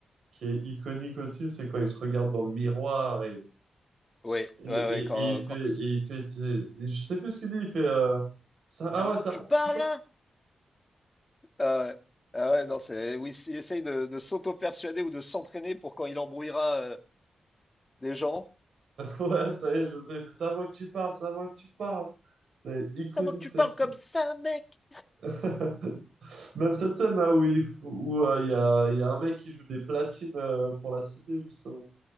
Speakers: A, on the right; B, on the left.
A: qui est iconique aussi. C'est quand il se regarde dans le miroir et,
B: Oui,
A: Et,
B: ouais,
A: et,
B: ouais,
A: et
B: quand,
A: il fait,
B: quand...
A: et il fait, tu je sais plus ce qu'il dit, il fait, euh, ça,
B: C'est
A: ah
B: à moi
A: ouais, ça,
B: que tu parles,
A: <laughs>
B: là? Ah ouais, ah ouais, non, c'est oui, il essaye de, de s'auto-persuader ou de s'entraîner pour quand il embrouillera euh, des gens.
A: ouais, ça y est, je sais, il fait, c'est à moi que tu parles, c'est à moi que tu parles. C'est iconique
B: C'est à moi que tu
A: celle-ci.
B: parles comme ça, mec!
A: <laughs> Même cette scène là où il, f- où, euh, il y a, il y a un mec qui joue des platines euh, pour la cité, justement.